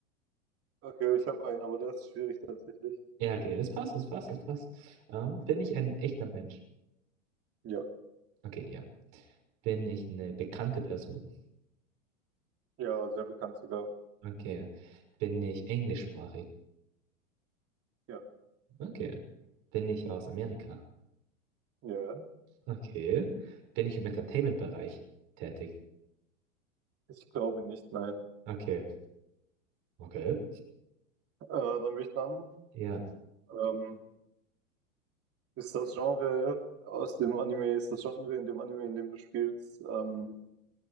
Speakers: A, on the right; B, on the right.
A: okay, ich habe einen, aber der ist schwierig tatsächlich.
B: Ja, okay, es passt, es passt, es passt. Ähm, bin ich ein echter Mensch?
A: Ja,
B: Okay, ja. Bin ich eine bekannte Person?
A: ja, sehr bekannt sogar.
B: Okay. Bin ich englischsprachig?
A: Ja,
B: Okay. Bin ich aus Amerika?
A: ja. ja.
B: Okay. Bin ich im Entertainment-Bereich tätig?
A: Ich glaube nicht, nein.
B: Okay. Okay.
A: Äh, dann bin ich dran.
B: Ja.
A: Ähm, ist das Genre aus dem Anime, ist das Genre in dem Anime, in dem du spielst, ähm,